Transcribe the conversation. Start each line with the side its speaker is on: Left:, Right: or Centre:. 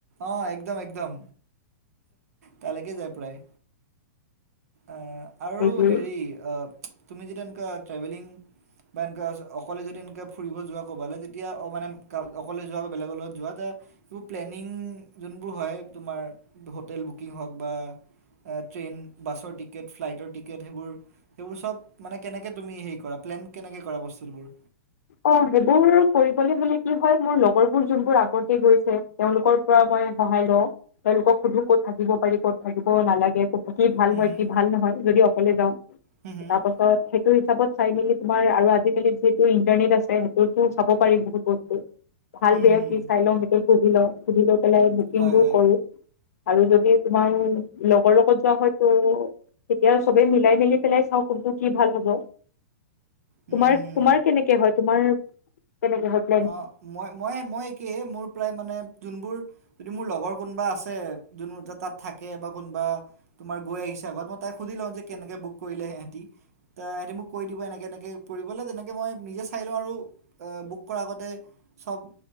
Right: অ একদম একদম তালেকে যায় প্ৰায়। আ আৰু
Left: সেইটোৱে
Right: হেৰি অ তুমি যেতিয়া এনেকুৱা ট্ৰেভেলিং বা এনেকুৱা অকলে যদি এনেকৈ ফুৰিব যোৱা ক'বালে তেতিয়া মানে অকলে যোৱা বা বেলেগৰ লগত যোৱা যে- তোৰ প্লেনিং যোনবোৰ হয় তোমাৰ হোটেল বুকিং হওঁক বা- এ ট্ৰেইন বাছৰ টিকেট ফ্লাইটৰ টিকেট সেইবোৰ। সেইবোৰ চব মানে কেনেকৈ তুমি হেৰি কৰা প্লেন কেনেকে কৰা বস্তুবোৰ।
Left: অঁ সেইবোৰ কৰিবলৈ হ'লে কি হয় মোৰ লগৰবোৰ যোনবোৰ আগতে গৈছে। তেওঁলোকৰ পৰা মই সহায় লওঁ তেওঁলোকক সুধো কত থাকিব পাৰি ক'ত থাকিব নালাগে। কি ভাল
Right: হুম
Left: হয়ঁ
Right: হুম
Left: কি ভাল নহয় যদি অকলে যাওঁ।
Right: হুম হুম
Left: তাৰ পাছত সেইটো হিচাপত চাই মেলি তুমাৰ আৰু আজিকালি যিহেতু- টেনিট আছে সেইটোতো চাব পাৰি বহুত বস্তু ভাল
Right: হুম
Left: বেয়া
Right: হুম
Left: কি- চাই লওঁ সেইটো সুধি লওঁ সুধি লৈ পেলাই বুকিং
Right: হয়
Left: বোৰ
Right: হয়
Left: কৰো। আৰু যদি তোমাৰ লগৰ লগত যোৱা হয়তো- তেতিয়া চবে মিলাই মেলি পেলাই চাওঁ কোনটো কি ভাল হ'ব।
Right: উম
Left: তোমাৰ
Right: হুম
Left: তোমাৰ কেনেকে হয়ঁ তোমাৰ কেনেকে হয়ঁ।
Right: অঁ মই মই মই কি মোৰ প্ৰায় মানে যোনবোৰ- যদি মোৰ লগৰ কোনোবা আছে যোনো এ যে তাত থাকে বা কোনোবা তোমাৰ গৈ আহিছে আগত মই তাই সুধি লওঁ যে কেনেকে বুক কৰিলে সেহঁতি। তাই মোক কৈ দিব এনেকৈ এনেকৈ কৰিববলৈ তেনেকৈ মই নিজে চাই লওঁ আৰু বুক- কৰা আগতে চব